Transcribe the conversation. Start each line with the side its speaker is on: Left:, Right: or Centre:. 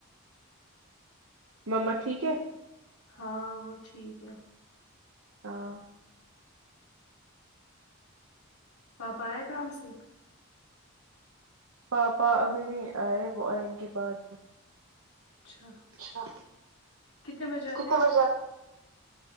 Right: مما ٹھیک ہے
Left: ہاں وہ ٹھیک ہے
Right: ہاں
Left: پاپا آئے کام سے
Right: پاپا ابھی نہیں آئے وہ آئیں گے بعد میں
Left: اچھا
Right: اچھا
Left: کتنے بجے آتے
Right: کتنے
Left: ہیں
Right: بجے